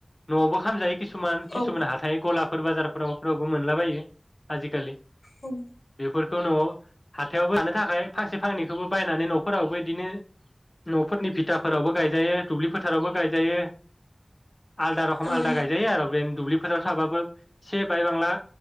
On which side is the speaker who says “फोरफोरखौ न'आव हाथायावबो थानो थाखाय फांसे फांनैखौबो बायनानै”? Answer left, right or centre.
Left